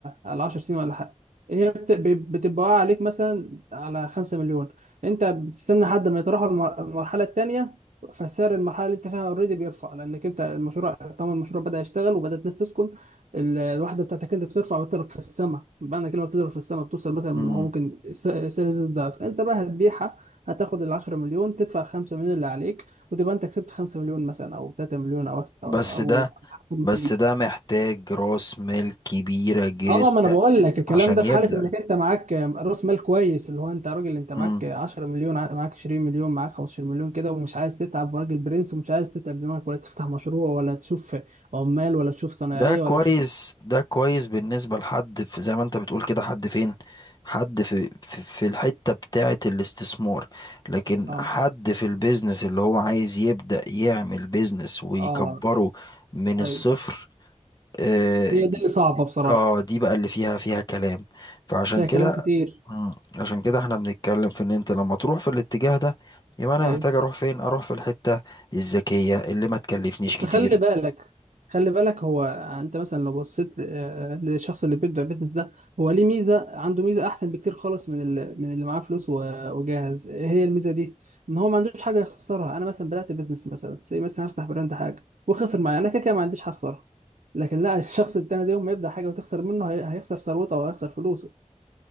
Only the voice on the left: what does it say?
مم.
بس
ده
بس
ده محتاج راس مال كبيرة جدا
عشان
يبدأ
مم.
ده
كويس
ده كويس بالنسبة لحد في زي ما انت بتقول كده حد فين حد في في, في الحتة بتاعة الاستثمار لكن
حد في البيزنس اللي هو عايز يبدأ يعمل بيزنس ويكبره
من الصفر
آه
دي
اه دي بقى اللي فيها فيها كلام فعشان
كده
مم، عشان كده احنا بنتكلم في ان انت لما تروح في الاتجاه ده يبقى انا
محتاج اروح فين اروح في الحتة الذكية اللي ما تكلفنيش
كتير